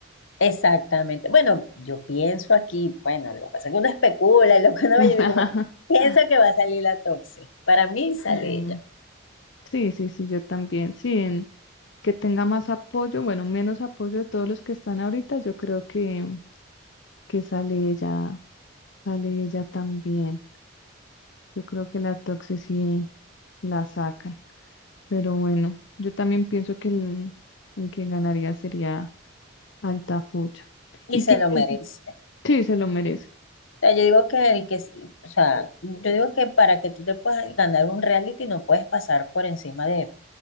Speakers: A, on the left; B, on the left.
A: exactamente. Bueno, yo pienso aquí, bueno, lo que pasa es que uno especula, y lo que uno
B: <laughs>
A: ve, yo digo, bueno, piensa que va a salir la Toxi. Para mí sale
B: Mm,
A: ella
B: sí, sí, sí, yo también, sí, en- que tenga más apoyo, bueno, menos apoyo de todos los que están ahorita, yo creo que, que sale ella, sale ella también. Yo creo que la Toxi sí la sacan. Pero bueno, yo también pienso que el, el que ganaría sería Altafulla.
A: y
B: ¿Y
A: se
B: qué
A: lo
B: piensas
A: merece.
B: Sí, se lo merece.
A: O sea, yo digo que el que, o sea, yo digo que para que tú te puedas ganar un reality no puedes pasar por encima de